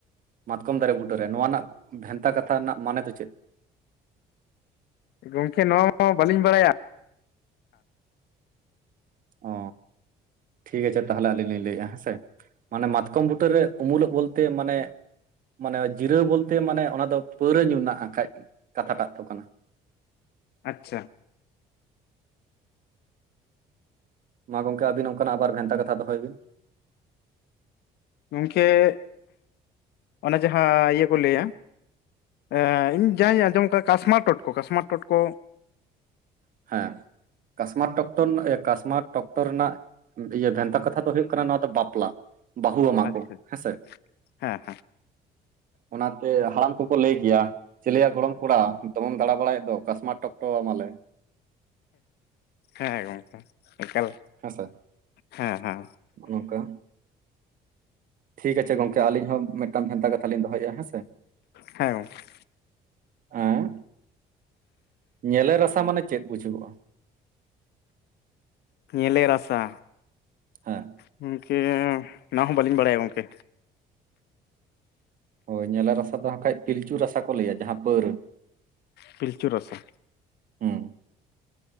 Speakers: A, on the right; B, on the left.
A: ᱢᱟᱛᱠᱚᱢ ᱫᱟᱨᱮ ᱵᱩᱴᱟᱹᱨᱮ ᱱᱚᱣᱟ ᱨᱮᱱᱟᱜ ᱵᱷᱮᱱᱛᱟ ᱠᱟᱛᱷᱟ ᱨᱮᱱᱟᱜ ᱢᱟᱱᱮ ᱫᱚ ᱪᱮᱫ
B: ᱜᱚᱢᱠᱮ ᱱᱚᱣᱟ ᱢᱟ ᱵᱟᱹᱞᱤᱧ ᱵᱟᱲᱟᱭᱟ <inaudible>
A: ᱚ ᱴᱷᱤᱠ ᱟᱪᱷᱮ ᱛᱟᱦᱚᱞᱮ ᱟᱹᱞᱤᱧ ᱞᱤᱧ ᱞᱟᱹᱭᱮᱜᱼᱟ ᱦᱮᱸᱥᱮ ᱢᱟᱱᱮ ᱢᱟᱛᱠᱚᱢ ᱵᱩᱴᱟᱹᱨᱮ ᱩᱢᱩᱞᱚᱜ ᱵᱚᱞᱛᱮ ᱢᱟᱱᱮ ᱢᱟᱱᱮ ᱡᱤᱨᱟᱹᱣ ᱵᱚᱞᱛᱮ ᱢᱟᱱᱮ ᱚᱱᱟ ᱫᱚ ᱯᱟᱹᱣᱨᱟᱹ ᱧᱩ ᱨᱮᱱᱟᱜ ᱦᱟᱜ ᱠᱷᱟᱡ ᱠᱟᱛᱷᱟᱴᱟᱜ ᱫᱚ ᱠᱟᱱᱟ
B: ᱟᱪᱪᱷᱟ
A: ᱢᱟ ᱜᱚᱢᱠᱮ ᱟᱹᱵᱤᱱ ᱚᱱᱠᱟᱱᱟᱜᱵᱟᱨ ᱜᱷᱟᱱᱴᱟ ᱠᱟᱛᱷᱟ ᱫᱚᱦᱚᱭ ᱵᱤᱱ
B: ᱜᱚᱢᱠᱮᱜ ᱚᱱᱟ ᱡᱟᱦᱟᱸ ᱤᱭᱟᱹ ᱠᱚ ᱞᱟᱹᱭᱟ ᱮ ᱤᱧ ᱡᱟᱦᱟᱺᱧ ᱟᱸᱡᱚᱢ ᱠᱟᱫᱼᱟ ᱠᱟᱥᱢᱟ ᱴᱚᱴᱠᱚ ᱠᱟᱥᱢᱟ ᱴᱚᱴᱠᱚ
A: ᱦᱮᱸ ᱠᱟᱥᱢᱟ ᱴᱚᱠᱴᱚ ᱰᱚᱠᱛᱚᱨ ᱠᱟᱥᱢᱟᱴ ᱰᱚᱠᱛᱚᱨ ᱨᱮᱱᱟᱜ ᱤᱭᱟᱹ ᱵᱷᱮᱱᱛᱟ ᱠᱟᱛᱷᱟ ᱫᱚ ᱦᱩᱭᱩᱜ ᱠᱟᱱᱟ ᱱᱚᱣᱟ ᱫᱚ ᱵᱟᱯᱞᱟ ᱵᱟᱹᱦᱩᱣᱟᱢᱟ
B: ᱟᱪᱪᱷᱟ
A: ᱠᱚ ᱦᱮᱸᱥᱮ
B: ᱦᱮᱸ
A: ᱚᱱᱟᱛᱮ ᱦᱟᱲᱟᱢ ᱠᱚᱠᱚ ᱞᱟᱹᱭ ᱜᱮᱭᱟ ᱪᱤᱞᱤᱭᱟ ᱜᱚᱲᱚᱢ ᱠᱚᱲᱟ ᱫᱚᱢᱮᱢ ᱫᱟᱬᱟ ᱵᱟᱲᱟᱭᱮᱫ ᱫᱚ ᱠᱟᱥᱢᱟ ᱴᱚᱠᱴᱚᱣᱟᱢᱟᱞᱮ
B: ᱦᱮᱸ ᱜᱚᱢᱠᱮ ᱮᱠᱟᱞ
A: ᱦᱮᱸᱥᱮ
B: ᱦᱮᱸ ᱦᱮᱸ
A: ᱱᱚᱝᱠᱟ ᱴᱷᱤᱠ ᱟᱪᱷᱮ ᱜᱚᱝᱠᱮ ᱟᱹᱞᱤᱧ ᱦᱚᱸ ᱢᱤᱫᱴᱟᱝ ᱵᱷᱮᱱᱛᱟ ᱠᱟᱛᱷᱟᱞᱤᱧ ᱫᱚᱦᱚᱭᱮᱫᱼᱟ ᱦᱮᱸ ᱥᱮ
B: ᱦᱮᱸ ᱜᱚᱢᱠᱮ
A: ᱦᱮᱸ ᱧᱮᱞᱮ ᱨᱟᱥᱟ ᱢᱟᱱᱮ ᱪᱮᱫ ᱵᱩᱡᱷᱩᱜᱚᱜᱼᱟ
B: ᱧᱮᱞᱮ ᱨᱟᱥᱟ
A: ᱦᱟᱸ
B: ᱜᱚᱝᱠᱮ ᱚᱱᱟ ᱦᱚᱸ ᱵᱟᱹᱞᱤᱧ ᱵᱟᱲᱟᱭᱟ ᱜᱚᱝᱠᱮ
A: ᱦᱳᱭ ᱧᱮᱞᱟ ᱨᱟᱥᱟ ᱫᱚ ᱦᱟᱠᱷᱟᱡ ᱯᱤᱞᱪᱩ ᱨᱟᱥᱟ ᱠᱚ ᱞᱟᱹᱭᱟ ᱡᱟᱦᱟᱸ ᱯᱟᱹᱨ
B: ᱯᱤᱞᱪᱩ ᱨᱟᱥᱟ
A: ᱦᱩᱸ